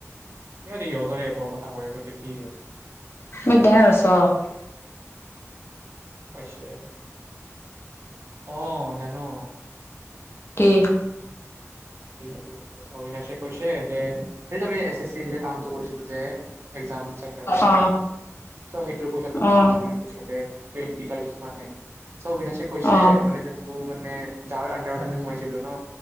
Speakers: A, on the right; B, on the left.
A: <unintelligible> ইহঁতৰে এপৰ কথা কৈ আছ <unintelligible> কি হ'ল?
B: <inaudible>
A: কৈছে। অ', জানো।
B: কি?
A: <inaudible> অবিনাশে কৈছে যে, সেই আমি এছ এছ চি যে কামটো কৰিছিলো যে একজাম চেণ্টাৰৰ,
B: অ
A: চ' সেইটো কৈছে তোক
B: অ অ
A: আম বুলি কৈছে‌ <unintelligible> চ' অবিনাশে কৈছে,
B: অ
A: ‌মানে জোনটো মান নে যাৰ আণ্ডাৰত আমি সোমাইছিলোঁ ন?